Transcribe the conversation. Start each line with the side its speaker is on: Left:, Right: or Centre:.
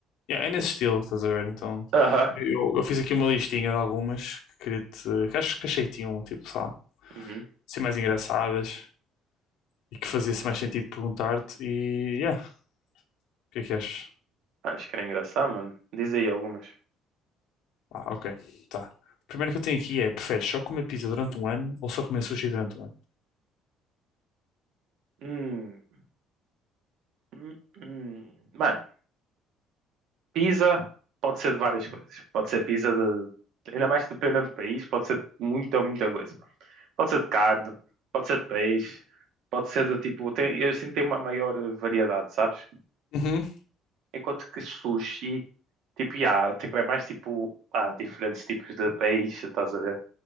Left: Yeah, é nesse estilo, estás a ver? Então,
Right: Aham.
Left: eu, eu fiz aqui uma listinha de algumas que queria te, que acho que achei que tinham, tipo, sei lá,
Right: Uhum.
Left: ser mais engraçadas e que fazia-se mais sentido perguntar-te e, yeah, o que é que achas?
Right: Acho que era engraçado, mano. Diz aí algumas.
Left: Ah, ok, tá. A primeira que eu tenho aqui é, preferes só comer pizza durante um ano ou só comer sushi durante um ano?
Right: Hum. Hum, hum. Mano, pizza pode ser de várias coisas. Pode ser pizza de... Ainda mais dependendo do país, pode ser de muita, muita coisa. Pode ser de carne, pode ser de peixe, pode ser de tipo. Tem, eu sinto que tem uma maior variedade, sabes?
Left: Uhum,
Right: Enquanto que sushi, tipo, yeah, tipo, é mais tipo. Há diferentes tipos de peixe, estás a ver?